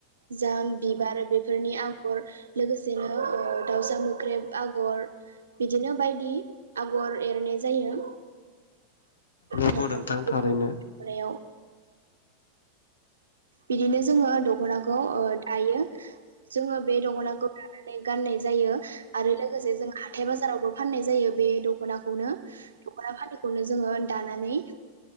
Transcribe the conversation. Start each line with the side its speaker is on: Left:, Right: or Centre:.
Right: जा बिबार बेफोरनि आगर लोगोसेनो ओ दाउसा मोख्रेब आगर बिदिनो बायदि आगर एरनाय जायो।
Left: नंगौ
Right: दखनायाव
Left: नोंथां थारैनो।
Right: बिदिनो जोङो दखनाखौ ओ दायो जोङो बे दखनाखौ लानानै गाननाय जायो आरो लोगोसे जों हाथाय बाजार बाजारावबो फननाय जायो बे दखनाखौनो दखना फलि खौनो जोङो दानानौ